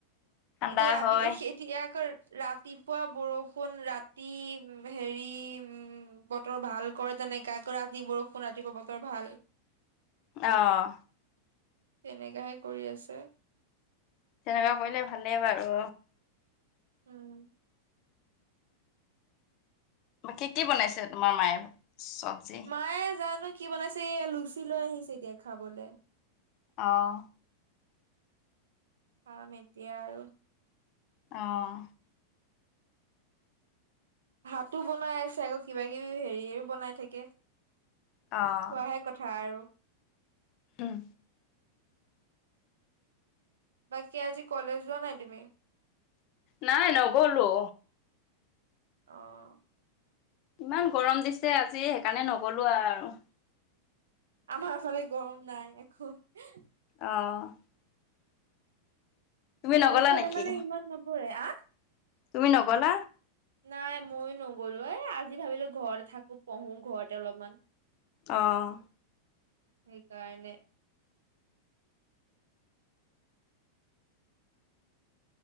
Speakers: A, on the left; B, on the right.
A: ঠাণ্ডা
B: এতিয়া ৰাতি
A: হয়,
B: এতিয়া আকৌ ৰাতিপুৱা বৰষুণ ৰাতি উ হেৰি উম। বতৰ ভাল কৰে তেনেকাই ৰাতি বৰষুণ ৰাতিপুৱা বতৰ ভাল।
A: অহ
B: তেনেকে হে কৰি আছে।
A: তেনেকুৱা কৰিলে ভালেই বাৰু
B: উম
A: ব কি কি বনাইছে তোমাৰ মায়ে? চব্জি?
B: মায়ে জানো কি বনাইছে এই লুচি লৈ আহিছে এতিয়া খাবলৈ
A: আহ।
B: খাম এতিয়া আৰু
A: আহ।
B: হাতো বনাই আছে আকৌ কিবা কিবি হেৰিয়ও বনাই থাকে।
A: অ'।
B: খোৱাহে কথা আৰু
A: উম
B: বাকী আজি কলেজ যোৱা নাই তুমি।
A: নাই নগলো।
B: আহ।
A: ইমান গৰম দিছে আজি সেইকাৰণে নগলো আৰু আৰু
B: আমাৰ আচতে গৰম নাই এ
A: অঁ নগলা
B: এইফালে
A: নেকি?
B: মানে ইমান নপৰে আ
A: তুমি নকলা
B: নাই ময়ো নগ'লো এ আজি ভাবিলো ঘৰতে থাকো পঢ়ো ঘৰতে অলপমান।
A: আহ
B: সেইকাৰণে